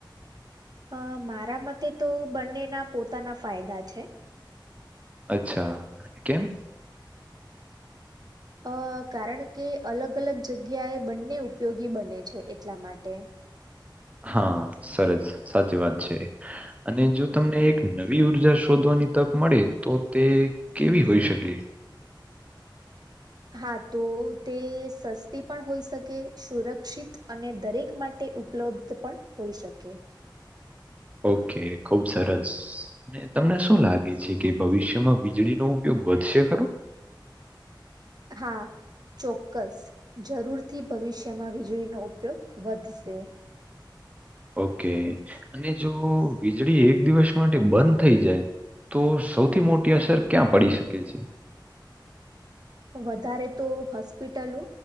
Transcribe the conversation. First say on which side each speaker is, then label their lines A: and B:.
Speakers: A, on the right (about 55°); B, on the right (about 15°).
A: અ મારા મતે તો બંનેના પોતાના ફાયદા છે.
B: અચ્છા, કેમ?
A: અ કારણ કે અલગ અલગ જગ્યાએ બંને ઉપયોગી બને છે એટલા માટે
B: હા સરસ સાચી વાત છે અને જો તમને એક નવી ઉર્જા શોધવાની તક મળે તો તે કેવી હોઈ શકે.
A: હા તો તે સસ્તી પણ હોઈ શકે સુરક્ષિત અને દરેક માટે. ઉપલબ્ધ પણ હોઈ શકે.
B: ઓકે ખુબ સરસ. અને તમને શું લાગે છે કે ભવિષ્યમાં વીજળીનોો ઉપયોગ વધશે ખરો.
A: હા ચોક્કસ જરૂર. થી ભવિષ્યમાં વીજળીનો ઉપયોગ વધશે.
B: ઓકે અને જો વીજળી એક દિવસ માટે બંધ થઈ જાય. તો સૌથી મોટી અસર ક્યાં પડી શકે છે.
A: વધારે તો હોસ્પિટલો